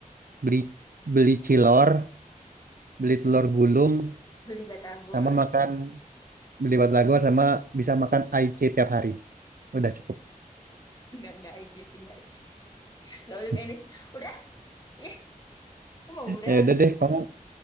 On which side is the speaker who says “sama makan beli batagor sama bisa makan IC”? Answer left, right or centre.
Right